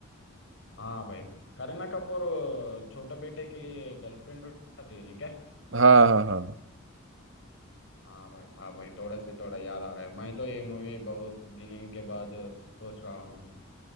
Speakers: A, on the left; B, on the right.
A: हाँ भाई करीना कपूर छोटे बेटे के लिए गर्लफ्रेंड रखती है ना क्या
B: हाँ हाँ हाँ
A: हाँ भाई हाँ भाई थोड़ा से थोड़ा याद आ रहा है मैं तो ये मूवी बहुत दिनों के बाद सोच रहा हूँ